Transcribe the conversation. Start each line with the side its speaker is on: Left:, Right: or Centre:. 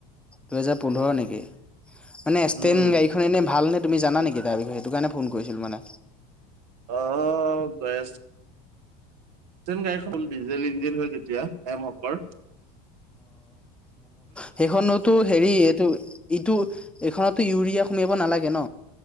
Centre: দুহেজাৰ পোন্ধৰ নেকি মানেেন
Right: উম
Centre: গাড়ীখন এনে ভাল নে তুমিানা নেকি তাৰ বিষয়ে সেইটো কাৰণে ফোন কৰিছিলো মানে
Right: অ গয়ছ যেন গাড়ীখনল ডিজেল ইঞ্জিন হয় যেতিয়া এমহকৰ
Centre: সেইখনোতো হেৰি এইটো ইটো এইখনতো ইউৰিয়া সোমাব নালাগে ন